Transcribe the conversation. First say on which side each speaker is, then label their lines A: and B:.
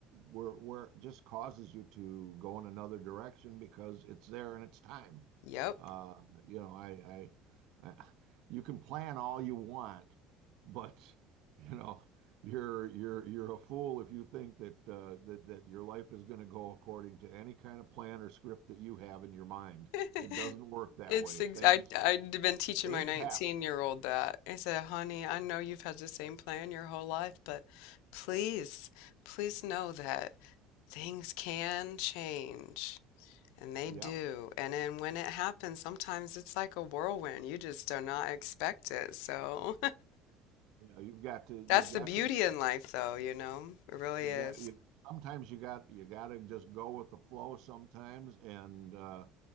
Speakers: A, on the right; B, on the left.
A: where where it just causes you to go in another direction because it's there and it's time.
B: Yep.
A: Uh, you know, I, I, I you can plan all you want, but you know, you're you're you're a fool if you think that uh, that that your life is going to go according to any kind of plan or script that you have in your mind.
B: <laughs>
A: It doesn't work that
B: It's
A: way.
B: ex
A: Things
B: I I'd been teaching
A: things
B: my 19
A: happen.
B: year old that. I said, "Honey, I know you've had the same plan your whole life, but please, please know that things can change." And they
A: Yep.
B: do. And then when it happens, sometimes it's like a whirlwind. You just do not expect it. So
A: You know, you've got to, you've
B: That's
A: got
B: the beauty
A: to,
B: in life, though, you know? It really
A: you
B: is.
A: got, you, sometimes you got, you got to just go with the flow sometimes and, uh,